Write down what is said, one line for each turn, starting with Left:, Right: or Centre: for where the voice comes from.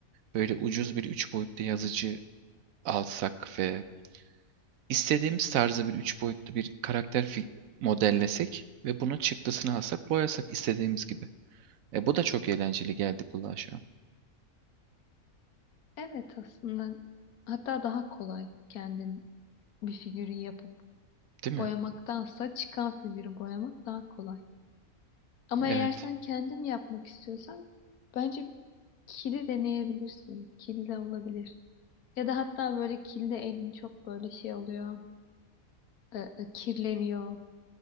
Right: Böyle ucuz bir üç boyutlu yazıcı alsak ve istediğimiz tarzda bir üç boyutlu bir karakter fi- modellesek ve bunun çıktısını alsak boyasak istediğimiz gibi. E bu da çok eğlenceli geldi kulağa şu an.
Left: Evet aslında hatta daha kolay kendin bir figürü yapıp
Right: Değil mi?
Left: boyamaktansa çıkan figürü boyamak daha kolay. Ama
Right: Evet.
Left: eğer sen kendin yapmak istiyorsan bence Kili deneyebilirsin. Kil de olabilir. Ya da hatta böyle kilde elin çok böyle şey oluyor. e, e, kirleniyor